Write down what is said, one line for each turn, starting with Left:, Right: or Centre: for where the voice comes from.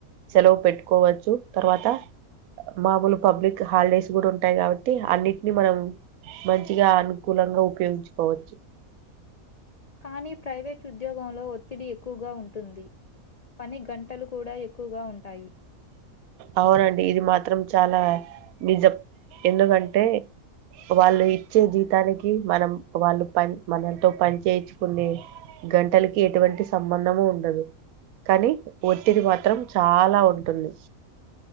Right: సెలవు పెట్టుకోవచ్చు తర్వాత మామూలు పబ్లిక్ హాలిడేస్ కూడా ఉంటాయి కాబట్టి అన్నిటిని మనం మంచిగా అనుకూలంగా ఉపయోగించుకోవచ్చు
Left: కానీ ప్రైవేట్ ఉద్యోగంలో ఒత్తిడి ఎక్కువగా ఉంటుంది పని గంటలు కూడా ఎక్కువగా ఉంటాయి
Right: అవునండి ఇది మాత్రం చాలా నిజ ఎందుకంటే వాళ్ళు ఇచ్చే జీతానికి మనం వాళ్ళు పని మనతో పని చేయించుకునే గంటలకి ఎటువంటి సంబంధము ఉండదు కానీ ఒత్తిది మాత్రం చాలా ఉంటుంది